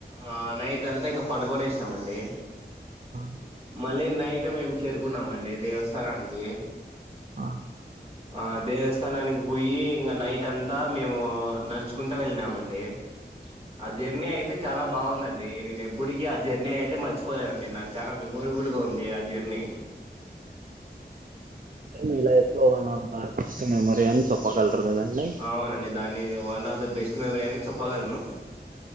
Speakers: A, on the right (about 35°); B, on the right (about 50°).
A: ఆ నైట్ అంతా ఇంగా పనుకొనేసినామండి
B: ఆ
A: మళ్ళీ నైట్ మేము చేరుకున్నామండి దేవస్థానానికి
B: ఆ
A: ఆ దేవస్థానానికి పోయి ఇంగా నైట్ అంతా మేము నడుచుకుంటా వెళ్ళినామండి లే ఆ జర్నీ అయితే చాలా బాగుందండి నేను ఎప్పటికీ ఆ జర్నీ అయితే మర్చిపోలేనండి నాకు చానా మెమోరబుల్ గా ఉంది ఆ జెర్నీ
B: అంటే మీ లైఫ్ లో ఉన్న బ బెస్ట్ మెమరీ అని చెప్పగలరు కదండి
A: అవునండి దాన్ని one of the best memory అని చెప్పగలను